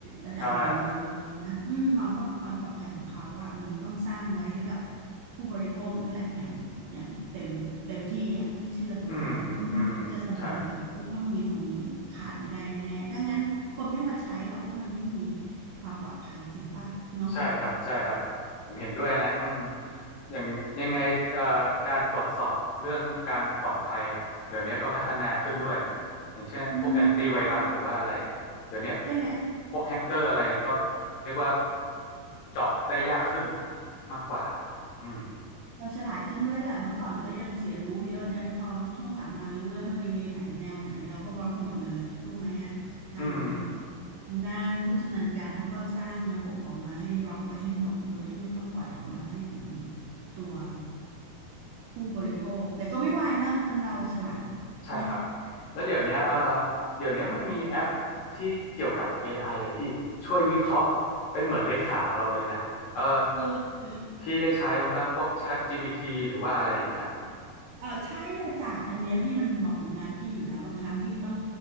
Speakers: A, on the right; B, on the left.
A: ระดับหนึ่งเลยทีเดียวนะอืมความปอความปลอดภัยของเขาอะมันต้องสร้างไว้ให้กับ
B: ใช่
A: ผู้บริโภคนั่นแหละอย่างอย่างเต็มเต็มที่อะพี่เชื่อตรงนั้นอืมจะสมัยไหนก็ต้องมีตรงนี้ขาดไม่ได้แน่ๆถ้างั้นคนไม่มาใช้หรอกถ้ามันไม่มี
B: อืมอืมใช่
A: ความปลอดภัยจริงป่ะเนาะ
B: ใช่ครับใช่ครับผมเห็นด้วยนะอืมอย่างยังไงเอ่อการตรวจสอบเรื่องการปลอดภัยอ่ะเดี๋ยวนี้ก็พัฒนาขึ้นด้วยอย่างเช่นพวกแอนตี้ไวรัสหรือว่าอะไรอ่ะเดี๋ยวนี้
A: อืมใช่ไหม
B: พวกแฮกเกอร์อะไรก็เรียกว่าเจาะได้ยากขึ้นมากกว่าอืม
A: เราฉลาดขึ้นด้วยแหละเมื่อก่อนก็ยังเสียรู้เยอะนะแต่พอช่วงหลังมารู้แล้วมาในเวไหนแนวไหนเราก็บล็อกหมดเลยถูกไหมอ่ะทาง
B: อืม
A: ทางด้านผู้ชำนาญการเขาก็สร้างระบบออกมาให้บล็อกไว้ให้หมดโดยที่ไม่ต้องปล่อยออกมาให้ถึงตัวผู้บริโภคแต่ก็ไม่วายนะคนเราฉลาด
B: ใช่ครับ
A: เนาะ
B: แล้วเดี๋ยวเนี้ยเออเดี๋ยวเนี้ยมันมีแอปที่เกี่ยวกับ AI อไออะพี่ช่วยวิเคราะห์เป็นเหมือนเลขาเราเลยนะเออ
A: เออ
B: พี่ได้ใช้บ้างป่ะพวก ChatGPT หรือว่าอะไรอย่างเงี้ย
A: เออใช่เลยจ้ะอันเนี้ยพี่มันเหมาะกับงานพี่อยู่แล้วบางครั้งพี่ต้อง